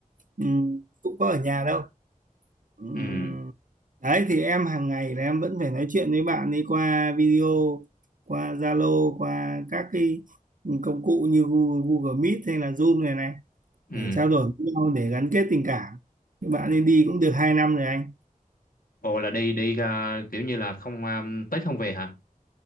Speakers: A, on the right (about 65°); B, on the left (about 80°).
A: Ừm, cũng có ở nhà đâu Ừm,
B: ừ
A: đấy thì em hàng ngày là em vẫn phải nói chuyện với bạn ấy qua video qua Zalo qua các cái công cụ như Google, Google Meet hay là Zoom này này
B: ừ
A: để trao đổi với nhau để gắn kết tình cảm bạn ấy đi cũng được 2 năm rồi anh
B: ồ là đi đi à, kiểu như là không à, tới không về hả